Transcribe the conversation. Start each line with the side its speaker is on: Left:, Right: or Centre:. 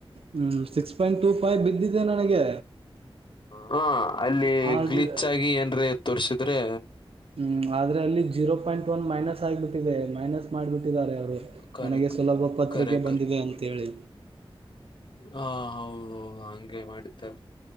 Right: ಹ್ಮ್ ಸಿಕ್ಸ್ ಪಾಯಿಂಟ್ ಟೂ ಫೈವ್ ಬಿದ್ದಿದೆೆ ನನಗೆ
Left: ಹ ಅಲ್ಲಿ
Right: ಆದ್ರ
Left: ಗ್ಲಿಚ್ ಆಗಿ ಏನ್ರೆ ತೋರ್ಸಿದ್ರೆ
Right: ಹ್ಮ್ ಆದ್ರ ಅಲ್ಲಿ ಜೀರೋ ಪಾಯಿಂಟ್ ಒನ್ ಮೈನಸ್ ಆಗ್ಬಿಟ್ಟಿದೆ ಮೈನಸ್ ಮಾಡ್ಬಿಟ್ಟಿದ್ದಾರೆ ಅವರು
Left: ಕರೆಕ್
Right: ನನಗೆ ಸುಲಭ ಪತ್ರಿಕೆ
Left: ಕರೆಕ್ರ್
Right: ಬಂದಿದೆ ಅಂತ ಹೇಳಿ.
Left: ಹ ಹೌ ಹೌ ಹಂಗೆ ಮಾಡಿದ್ದಾ